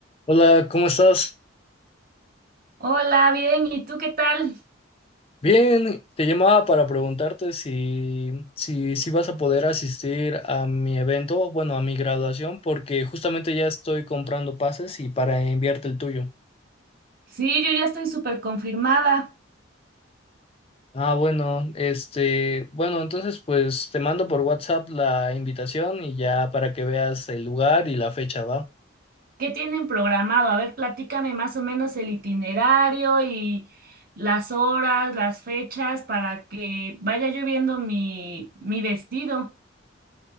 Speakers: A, on the left; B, on the right.
A: Hola, ¿cómo estás?
B: Hola, bien, ¿y tú qué tal?
A: Bien, te llamaba para preguntarte si, si, si vas a poder asistir a mi evento, bueno, a mi graduación, porque justamente ya estoy comprando pases y para enviarte el tuyo.
B: Sí, yo ya estoy súper confirmada.
A: Ah, bueno, este, bueno, entonces pues te mando por WhatsApp la invitación y ya para que veas el lugar y la fecha, ¿va?
B: ¿Qué tienen programado? A ver, platícame más o menos el itinerario y las horas, las fechas para que vaya yo viendo mi, mi vestido.